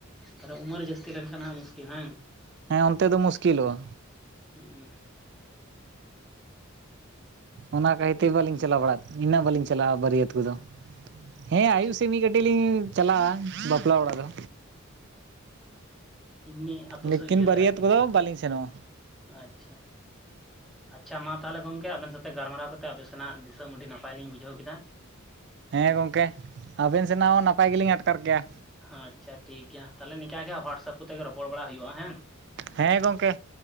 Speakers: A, in the centre; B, on the right.
A: ᱛᱟᱦᱚᱞᱮ ᱩᱢᱟᱹᱨ ᱡᱟᱹᱥᱛᱤ ᱞᱮᱱᱠᱷᱟᱱ ᱦᱟᱜ ᱢᱩᱥᱠᱤᱞ ᱦᱟᱝ
B: ᱦᱮᱸ ᱚᱱᱛᱮ ᱫᱚ ᱢᱩᱥᱠᱤᱞᱚᱜᱼᱟ
A: ᱩᱸ
B: ᱚᱱᱟ ᱠᱷᱟᱹᱤᱨᱛᱮ ᱵᱟᱹᱞᱤᱧ ᱪᱟᱞᱟᱣ ᱵᱟᱲᱟᱜ ᱤᱱᱟᱹᱜ ᱵᱟᱞᱤᱧ ᱪᱟᱞᱟᱜᱼᱟ ᱵᱟᱹᱨᱭᱟᱹᱛ ᱠᱚᱫᱚ ᱦᱮᱸ
A: ᱟᱪᱪᱷᱟ
B: ᱟᱭᱩᱵ ᱥᱮᱱ ᱢᱤᱫ ᱜᱴ ᱟᱹᱰᱤ ᱞᱤᱧ ᱪᱟᱞᱟᱜᱼᱟ ᱵᱟᱯᱞᱟ ᱚᱲᱟᱜ ᱫᱚ
A: ᱮᱢᱱᱤ ᱟᱛᱳ
B: ᱞᱮᱤᱠᱤᱱ
A: ᱥᱮᱫ ᱤᱭᱟᱹᱛᱮ
B: ᱵᱟᱹᱨᱭᱟᱹᱛ
A: ᱟᱨᱠᱤ
B: ᱠᱚᱫᱚ
A: ᱦᱮᱸ
B: ᱵᱟᱞᱤᱧ ᱥᱮᱱᱚᱜᱼᱟ
A: ᱟᱪᱪᱷᱟ ᱟᱪᱪᱷᱟ ᱢᱟ ᱛᱟᱦᱚᱞᱮ ᱜᱚᱝᱠᱮ ᱟᱵᱮᱱ ᱥᱟᱛᱮ ᱜᱟᱞᱢᱟᱨᱟᱣ ᱠᱟᱛᱮ ᱟᱵᱮ ᱥᱮᱱᱟᱜ ᱫᱤᱥᱚᱢ ᱟᱹᱰᱤ ᱱᱟᱯᱟᱭᱞᱤᱧ ᱵᱩᱡᱷᱟᱹᱣ ᱠᱮᱫᱟ
B: ᱦᱮᱸ ᱜᱚᱝᱠᱮ ᱟᱵᱮᱱ ᱥᱮᱱᱟᱜ ᱦᱚᱸ ᱱᱟᱯᱟᱭ ᱜᱮᱞᱤᱧ ᱟᱴᱠᱟᱨ ᱠᱮᱭᱟ
A: ᱟᱪᱪᱷᱟ ᱴᱷᱤᱠᱜᱮᱭᱟ ᱛᱟᱦᱚᱞᱮ ᱱᱤᱠᱟ ᱜᱮ ᱦᱚᱣᱟᱴᱥᱟᱯ ᱠᱚᱛᱮᱜ ᱜᱮ ᱨᱚᱯᱚᱲ ᱵᱟᱲᱟ ᱦᱩᱭᱩᱜᱼᱟ ᱦᱮᱸ
B: ᱦᱮᱸ ᱜᱚᱝᱠᱮ